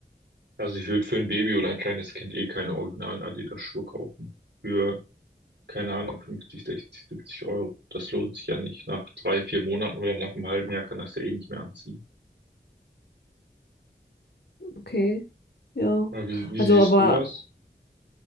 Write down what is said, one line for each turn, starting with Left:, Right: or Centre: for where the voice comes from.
Right: Also ich würde für ein Baby oder ein kleines Kind eh keine originalen Adidas-Schuhe kaufen. Für, keine Ahnung, 50, 60, 70 Euro. Das lohnt sich ja nicht. Nach drei, vier Monaten oder nach einem halben Jahr kann das ja eh nicht mehr anziehen.
Left: Okay, ja.
Right: Aber wie, wie
Left: Also,
Right: siehst
Left: aber.
Right: du das?